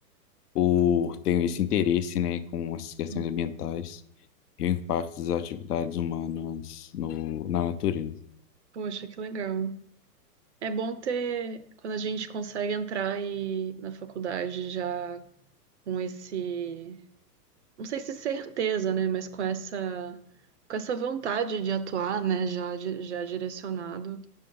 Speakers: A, on the left; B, on the right.
A: por ter esse interesse, né, com essas questões
B: uhum.
A: ambientais e o impacto das atividades humanas no, na natureza.
B: Poxa, que legal. É bom ter, quando a gente consegue entrar e, na faculdade já com esse. não sei se certeza, né, mas com essa com essa vontade de atuar, né, já di- já direcionado,